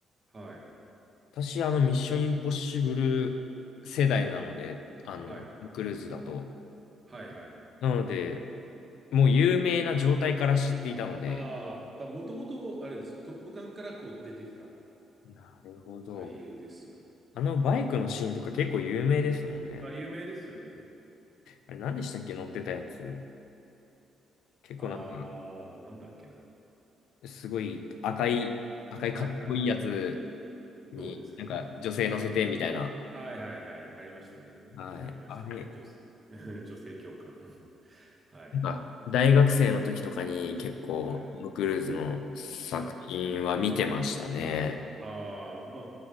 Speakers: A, on the right; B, on the left.
A: はい。
B: 私、あの、ミッションインポッシブル世代なので、あの、
A: はい。
B: トムクルーズだと。
A: はいはい。
B: なので、もう有名な状態から知っていたので、
A: ああ、だ、もともと、あれですよ。トップガンからこう出てきた
B: なるほど。
A: 俳優ですよ。
B: あのバイクのシーンとか結構有名ですもんね。
A: あ、有名ですよね。
B: あれ、何でしたっけ乗ってたやつ。結構なんか、
A: ああ、なんだっけな。
B: すごい赤い、赤いかっこいいやつ
A: はいはい。
B: に、
A: そうですね。
B: なんか女性乗せてみたいな。
A: はいはいはい。ありましたね。
B: はい。
A: ありましたね。
B: あれ、
A: 女、<laughs> 女性教官。<laughs> はい。
B: なんか、大学生の時とかに結構、
A: はい。
B: トムクルーズの作品は見てましたね。
A: はい。ああ、ま